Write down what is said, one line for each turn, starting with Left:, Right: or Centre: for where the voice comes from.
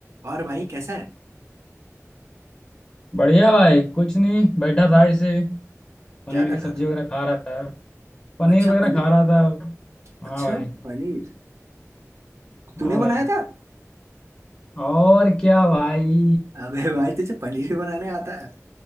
Right: और भाई कैसा है
Left: बढ़िया भाई कुछ नहीं बैठा था इसे पनीर
Right: क्या कर
Left: की
Right: रहा
Left: सब्जी
Right: था
Left: वगैरह खा रहा था पनीर
Right: अच्छा
Left: वगैरह
Right: पनीर
Left: खा रहा था
Right: अच्छा
Left: हाँ भाई
Right: पनीर
Left: हाँ
Right: तूने बनाया
Left: भाई
Right: था
Left: और क्या भाई
Right: अबे भाई तुझे पनीर भी बनाने आता है